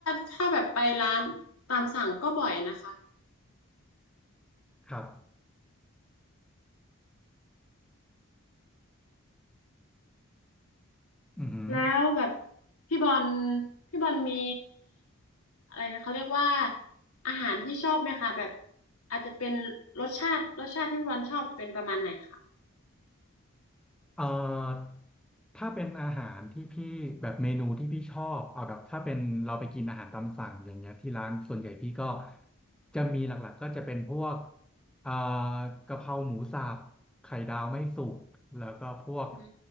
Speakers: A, on the left; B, in the centre.
A: ถ้าแบบไปร้านตามสั่งก็บ่อยนะคะ
B: ครับอือหือ
A: แล้วแบบพี่บอลพี่บอลมีอะไรนะเขาเรียกว่าอาหารที่ชอบไหมคะแบบอาจจะเป็นรสชาติรสชาติที่พี่บอลชอบจะเป็นประมาณไหนคะ
B: เอ่อถ้าเป็นอาหารที่พี่แบบเมนูที่พี่ชอบเอาแบบถ้าเป็นเราไปกินอาหารตามสั่งอย่างเงี้ยที่ร้านส่วนใหญ่พี่ก็จะมีหลักๆก็จะเป็นพวกเอ่อกะเพราหมูสับไข่ดาวไม่สุกแล้วก็พวก
A: อื